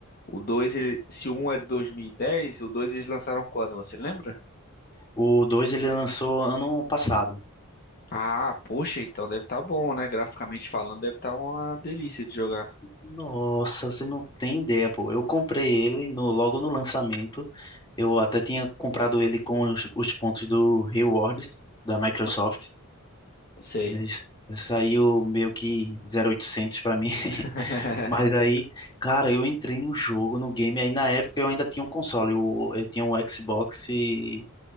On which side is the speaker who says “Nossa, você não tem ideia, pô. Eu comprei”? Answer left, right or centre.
Left